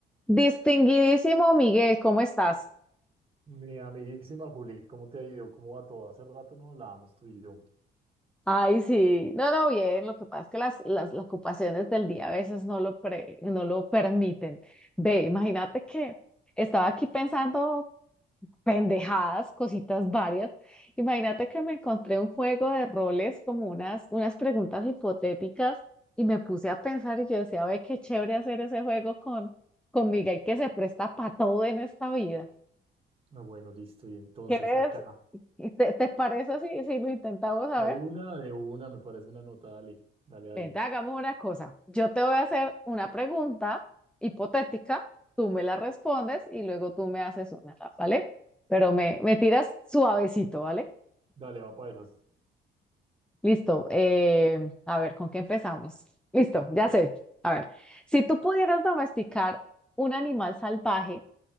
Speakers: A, in the centre; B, on the right.
A: Distinguidísimo Miguel, ¿cómo estás?
B: Mi amiguísima Juli, ¿cómo te ha ido? ¿Cómo va todo? Hace rato no hablábamos tú y yo.
A: Ay, sí. No, no, bien, lo que pasa es que las, las, las ocupaciones del día a veces no lo, pre- no lo permiten. Ve, imagínate que estaba aquí pensando pendejadas, cositas varias. Imagínate que me encontré un juego de roles como unas, unas preguntas hipotéticas y me puse a pensar y yo decía, ve, qué chévere hacer ese juego con, con Miguel que se presta para todo en esta vida.
B: Ah, bueno, listo. Y entonces
A: ¿Quieres?
B: acá,
A: ¿Te, te parece si, si lo intentamos a
B: de
A: ver?
B: una, de una, me parece una nota. Dale, dale, dale.
A: Vente, hagamos una cosa. Yo te voy a hacer una pregunta hipotética, tú me la respondes y luego tú me haces una, ¿vale? Pero me, me tiras suavecito, ¿vale?
B: Dale, va para esas.
A: Listo. eh, a ver, ¿con qué empezamos? Listo, ya sé. A ver, si tú pudieras domesticar un animal salvaje,